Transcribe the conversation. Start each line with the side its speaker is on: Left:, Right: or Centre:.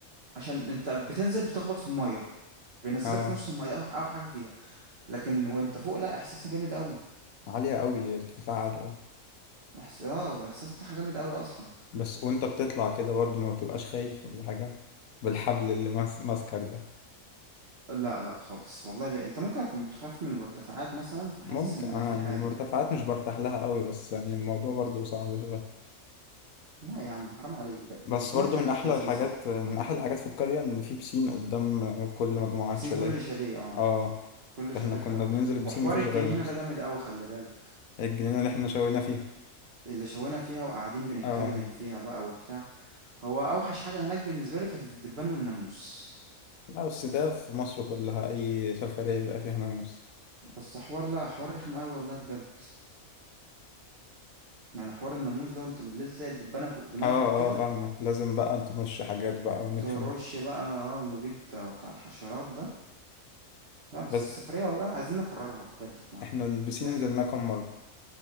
Right: عشان انت بتنزل بتخبط في الميه بينزلك
Left: اه
Right: في نص الميه دي اوحش أوحش حاجه فيها لكن وانت فوق لا احساسها جامد قوي
Left: عالية اوي ارتفاع عالي اوي
Right: احس اه الاحساس بتاعها جامد قوي اصلا
Left: بس وانت بتطلع كده برضو ما بتبقاش خايف ولا حاجة بالحبل اللي ماس- ماسكك ده
Right: لا لا خالص والله ب... انت ممكن اكون بتخاف من المرتفعات مثلا فحاسس
Left: ممكن
Right: ان
Left: انا
Right: في
Left: يعني
Right: حاجه
Left: المرتفعات مش برتاح لها قوي بس يعني الموضوع برضو صعب شويه
Right: لا يا عم حرام عليك بجد
Left: بس
Right: الليله
Left: برضو
Right: هناك
Left: من
Right: كانت
Left: احلى
Right: لذيذه
Left: الحاجات من احلى الحاجات في القريه ان في بسين قدام كل مجموعات
Right: بسين
Left: شاليهات
Right: كل شاليه اه
Left: اه
Right: كل
Left: فاحنا
Right: شاليه
Left: كنا
Right: حوار
Left: بننزل البسين
Right: وحوار
Left: مفيش
Right: الجنينه
Left: غيرنا اصلا
Right: ده جامد قوي خلي بالك
Left: الجنينه اللي احنا شوينا فيها
Right: اللي شوينا فيها وقاعدين بنتكلم
Left: اه
Right: فيها بقى وبتاع هو اوحش حاجه هناك بالنسبه لي كانت الدبان والناموس
Left: لا بس ده في مصر كلها اي سفريه بيبقى فيها ناموس
Right: بس حوار لا حوار رخم قوي والله بجد يعني حوار الناموس ده وانت بالليل تلاقي الدبانه فوق دماغك
Left: اه
Right: كده
Left: اه فاهمك لازم بقى نرش حاجات بقى ونتخانق
Right: ترش بقى اه مبيد بتاع الحشرات ده لا بس
Left: بس
Right: السفرية والله عايزين نكررها بجد في مرة
Left: احنا البسين
Right: لازم
Left: نزلناه
Right: نكررها
Left: كام مره